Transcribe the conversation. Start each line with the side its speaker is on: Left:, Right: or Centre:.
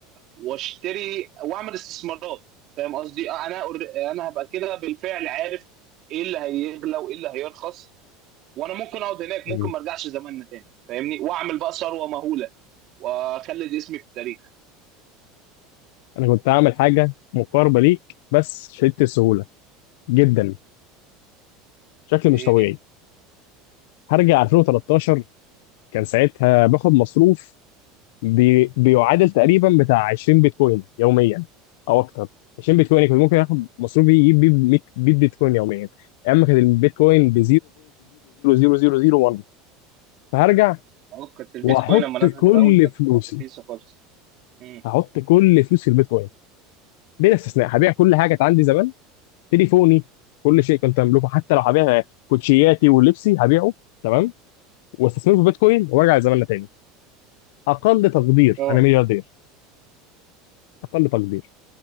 Right: واشتري واعمل استثمارات فاهم قصدي آه، انا أور- انا هبقى كده بالفعل عارف ايه اللي هيغلى وايه اللي هيرخص وانا ممكن اقعد هناك ممكن
Left: مم.
Right: ما ارجعش زماننا تاني فاهمني واعمل بقى ثروه مهوله واخلد اسمي في التاريخ
Left: انا كنت هعمل حاجه مقاربه ليك بس شدت السهوله جدا شكل مش
Right: إيه.
Left: طبيعي هرجع 2013 كان ساعتها باخد مصروف بي... بيعادل تقريبا بتاع 20 بيتكوين يوميا او اكتر 20 بيتكوين كنت ممكن اخد مصروفي يجيب بيه 100 100 بيتكوين يوميا اما كان البيتكوين ب 0.00001 فهرجع
Right: اه كانت البيتكوين
Left: واحط
Right: لما
Left: كل
Right: نزلت الاول كانت
Left: فلوسي
Right: رخيصه خالص امم
Left: هحط كل فلوسي في البيتكوين بلا استثناء هبيع كل حاجه كانت عندي زمان تليفوني كل شيء كنت املكه حتى لو هبيع كوتشياتي ولبسي هبيعه تمام واستثمره في البيتكوين وارجع زماننا تاني اقل تقدير
Right: اه
Left: انا ملياردير اقل تقدير